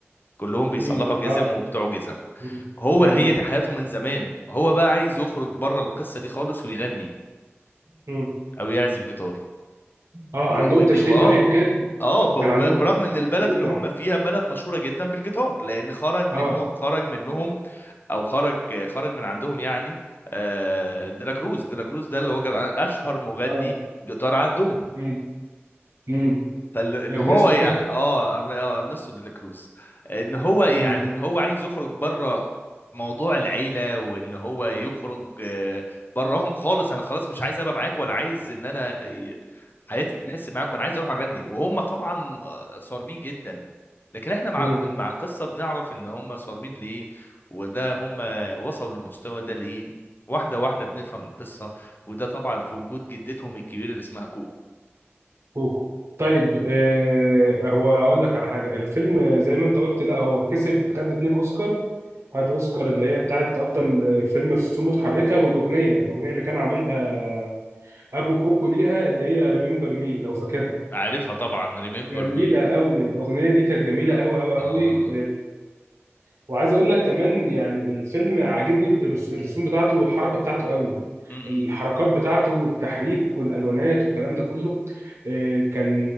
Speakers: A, on the left; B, on the right.
A: كلهم بيصلحوا
B: مم،
A: جزم
B: اه
A: وبتوع جزم
B: مم،
A: هو
B: مم،
A: هي دي حياته من زمان هو بقى عايز يخرج بره القصة دي خالص ويغني
B: مم.
A: او يعزف جيتار
B: اه
A: ودي
B: عندهم
A: ودي
B: تشديد
A: اه
B: رهيب جدا
A: اه ب- وب-
B: كان عندهم تشديد
A: برغم ان البلد
B: ممنوع
A: اللي هم فيها بلد مشهوره جدا بالجيتار لان خرج منه
B: اه
A: خرج منهم او خرج خرج من عندهم يعني آه، ديلاكروز ديلاكروز ده اللي هو كان اشهر مغني
B: اه
A: جيتار عندهم
B: مم، مم.
A: فان
B: ارنست
A: هو يعني
B: <laughs>
A: اه أر- آه، ارنستو دي لا كروز ان هو يعني
B: مم،
A: ان هو عايز يخرج بره موضوع العيله وان هو يخرج آه، براهم خالص انا خلاص مش عايز ابقى معاك ولا عايز ان انا آه، حياتي تحس معاك وانا عايز اروح اغني وهم طبعا آه، صارمين جدا لكن احنا مع
B: مم.
A: الق- مع القصه بنعرف ان هم صارمين ليه وده هم وصلوا للمستوى ده ليه واحده واحده بنفهم القصه وده طبعا في وجود جدتهم الكبيره اللي اسمها كوكو
B: كوكو طيب آه هو هقول لك على حاجه الفيلم زي ما انت قلت لا هو كسب خد اتنين اوسكار خد اوسكار اللي هي بتاعت افضل فيلم رسوم متحركه والاغنيه الاغنيه اللي كان عاملها ابو كوكو ليها اللي هي ريمبر مي لو فاكرها
A: عارفها طبعا ريمبر
B: جميله
A: مي
B: قوي الاغنيه دي كانت جميله قوي قوي
A: اه
B: قوي وعايز اقول لك كمان يعني الفيلم عاجبني بالرس- الرسوم بتاعته والحركه بتاعته قوي
A: م-م.
B: الحركات بتاعته والتحريك والالوانات والكلام ده كله آه، كان